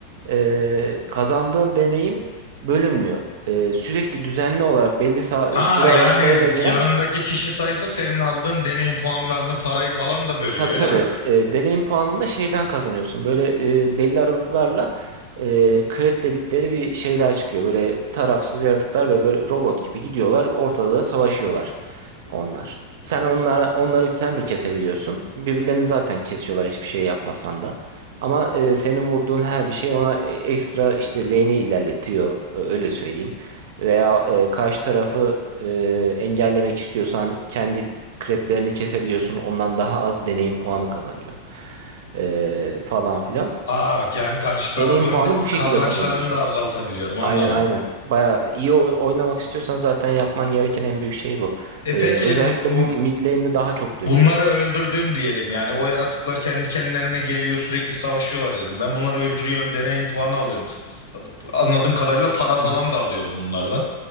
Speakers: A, on the right; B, on the left.
A: e, kazandığın deneyim bölünmüyor. E, sürekli düzenli olarak belli sa-
B: Ha
A: süre aralıklarıyla
B: yani
A: gelen
B: yanındaki kişi sayısı senin aldığın deneyim puanlarını, parayı falan da bölüyor
A: Tabii
B: öyle
A: tabii.
B: mi?
A: E, deneyim puanını da şeyden kazanıyorsun. Böyle e, belli aralıklarla e, krep dedikleri bir şeyler çıkıyor. Böyle tarafsız yaratıklar ve böyle robot gibi gidiyorlar. Ortada da savaşıyorlar onlar. Sen onlar onları sen de kesebiliyorsun. Birbirlerini zaten kesiyorlar hiçbir şey yapmasan da. Ama e, senin vurduğun her bir şey ona e, ekstra işte lane'i ilerletiyor e, öyle söyleyeyim. Veya e, karşı tarafı e, engellemek istiyorsan kendi kreplerini kesebiliyorsun. Ondan daha az deneyim puanı kazanıyor. Ee, falan filan.
B: Aa yani karşı tarafın
A: Deneyim puanı
B: k-
A: bu şekilde
B: kazançlarını
A: kazanıyorsun.
B: da azaltabiliyorum anladım.
A: Aynen aynen. Baya iyi oy- oynamak istiyorsan zaten yapman gereken en büyük şey bu.
B: E
A: Ee,
B: peki
A: özellikle
B: m-
A: bu
B: m-
A: mid lane'de daha çok
B: bunları
A: dönüyor.
B: öldürdüm diyelim yani o yaratıklar kendi kendilerine geliyor sürekli savaşıyorlar dedim. Ben bunları öldürüyorum deneyim puanı alıyorum. S- s- Anladığım kadarıyla para falan
A: Hı hı.
B: da alıyorum bunlardan.